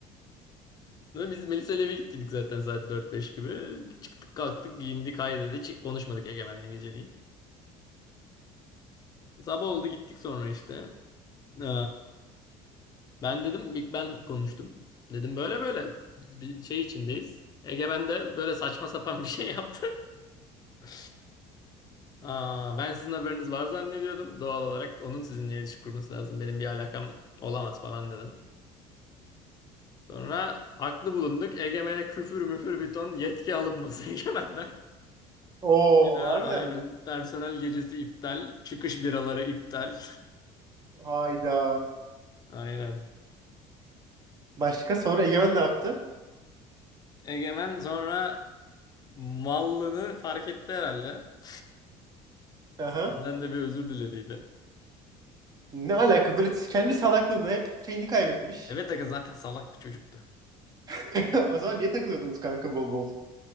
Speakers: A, on the left; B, on the right.
A: Ve Biz Melisa ile eve gittiydik zaten saat dört beş gibi. Çıktık kalktık giyindik haydi hiç konuşmadık Egemen'le geceliğin. Sabah oldu gittik sonra işte. Eee, ben dedim ilk ben konuştum. Dedim böyle böyle biz bir şey içindeyiz. Egemen de böyle saçma sapan <laughs> bir şey yaptı. <laughs> Aa, ben sizin haberiniz var zannediyordum. Doğal olarak onun sizinle ilişki kurması lazım. Benim bir alakam olamaz falan dedim. Sonra haklı bulunduk. Egemen'e küfür müfür bir ton yetki alınması <laughs> Egemen'den.
B: Oo
A: Bir daha
B: harbiden
A: aynen.
B: mi?
A: Personel gecesi iptal. Çıkış biraları iptal.
B: Hayda.
A: <laughs> Aynen.
B: Başka sonra Egemen ne yaptı?
A: Egemen sonra Mallığını fark etti herhalde. <laughs>
B: Aha.
A: Bizden de bir özür dilediydi.
B: Ne alaka böyle kendi salaklığında hep şeyini kaybetmiş.
A: Evet aga zaten salak bir çocuktu.
B: <laughs> O zaman niye takılıyordunuz kanka bol bol?